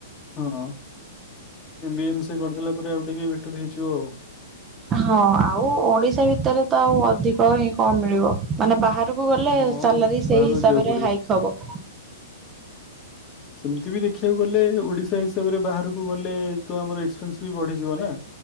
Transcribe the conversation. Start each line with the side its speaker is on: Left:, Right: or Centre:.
Left: ହଁ। ଏମ୍ବି ଏମ ସିକି କରିଥିଲା ପରେ ଆଉ ଟିକେ ବେଟର ହେଇଯିବ ଆଉ।
Right: ହଁ ଆଉ ଓଡିଶା ଭିତରେ ତ ଆଉ ଅଧିକ ଇନ କଣ ମିଳିବ ମାନେ ବାହାରକୁ ଗଲେ
Left: ହଁ
Right: ସାଲାରୀ
Left: ବାହାରକୁ
Right: ସେଇ ହିସାବରେ
Left: ଯିବାକୁ ପଡିବ।
Right: ହାଇକ୍ ହବ।
Left: ସେମିତି ବି ଦେଖିବାକୁ ଗଲେ ଓଡିଶା ହିସାବରେ ବାହାରକୁ ଗଲେ ତ ଆମର ଏକ୍ସପେନ୍ସ ବି ବଢିଯିବ ନା।